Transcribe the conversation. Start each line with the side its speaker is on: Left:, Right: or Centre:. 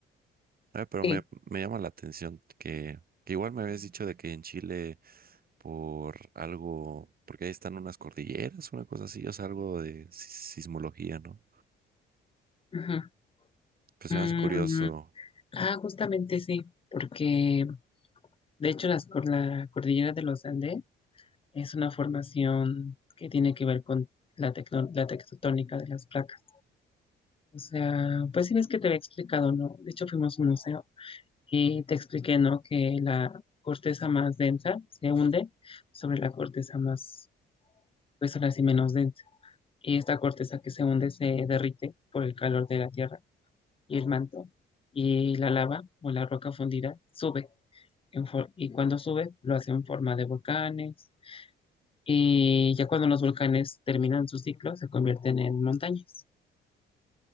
Right: Ay, pero
Left: Sí.
Right: me, me llama la atención que, que igual me habías dicho de que en Chile por algo, porque ahí están unas cordilleras, una cosa así, o sea, algo de si- sismología, ¿no?
Left: Ajá.
Right: Pues se
Left: Mm,
Right: me hace curioso,
Left: ah, justamente sí, porque de hecho las, cor- la cordillera de los Andes es una formación que tiene que ver con la, tecno- la tectotónica de las placas. O sea, pues sí ves que te había explicado, ¿no? De hecho, fuimos a un museo y te expliqué, ¿no? Que la corteza más densa se hunde sobre la corteza más, pues ahora sí menos densa. Y esta corteza que se hunde se derrite por el calor de la tierra y el manto. Y la lava o la roca fundida sube. en for- y cuando sube, lo hace en forma de volcanes. Y ya cuando los volcanes terminan su ciclo, se convierten en montañas.